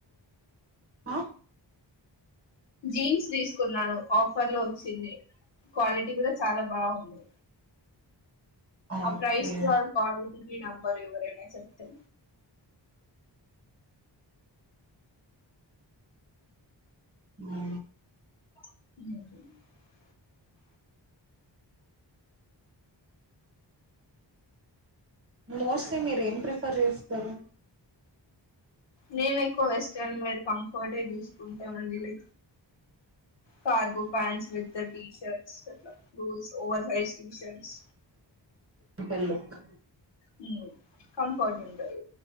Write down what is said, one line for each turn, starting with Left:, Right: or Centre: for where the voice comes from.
Right: ఆ
Left: జీన్స్ తీసుకున్నాను ఆఫర్ లో వచ్చింది క్వాలిటీ కూడా చాలా బాగుంది
Right: ఓకే
Left: ప్రైస్ క క్వాలిటీ క న బరవర న చెతే
Right: అ
Left: అ
Right: మోస్ట్లీ మీరేం ప్రిఫర్ చేస్తారు
Left: నేను ఎక్కువ వెస్టర్న్ మీే కంఫర్ట్ే చూసుకుంటామడి like cargo pants with T shirts అ రూస్ ఓవర్ సైజ్ టీషర్ట్స్
Right: తెల్లుక్
Left: హ కంఫర్ట్ ఉంట